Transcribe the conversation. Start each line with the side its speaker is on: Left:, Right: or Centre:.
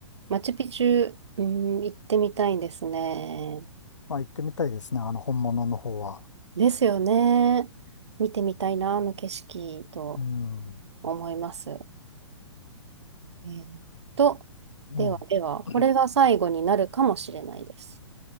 Right: マチュピチュ、うん、行ってみたいんですね。
Left: まあ、行ってみたいですね。あの、本物の方は。
Right: ですよね。見てみたいな、あの景色と
Left: うん。
Right: 思います。えーっと、
Left: ね
Right: ではでは、これが最後になるかもしれないです。
Left: え。